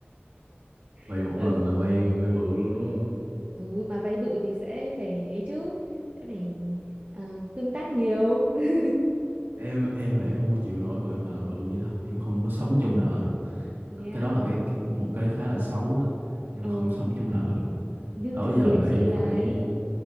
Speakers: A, on the right (about 30°); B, on the right (about 60°).
A: <laughs>
B: vay một
A: là
B: lần
A: gì
B: là vay vay bự luôn đúng
A: ừ mà vay bự thì sẽ phải ấy chứ sẽ phải ờ, tương tác nhiều <laughs>
B: em em là em không có chịu nổi bợ nợ bự vậy đâu em không có sống trong nợ được
A: nè
B: C- cái đó là cái cái- một cái khá là xấu đó em
A: ờ
B: không sống trong nợ được
A: nhưng
B: đó
A: trộm
B: giờ
A: vía
B: là
A: chị
B: em
A: là
B: phải
A: ấy